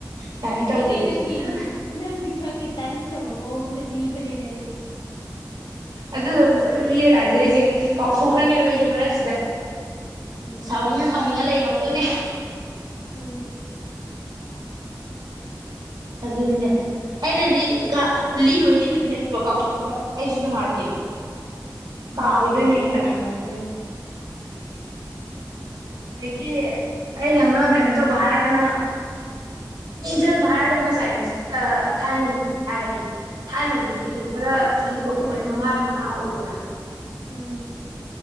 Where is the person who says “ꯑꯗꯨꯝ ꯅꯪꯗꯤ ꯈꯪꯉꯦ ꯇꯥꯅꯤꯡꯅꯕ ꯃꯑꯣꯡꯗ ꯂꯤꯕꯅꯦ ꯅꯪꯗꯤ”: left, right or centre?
Left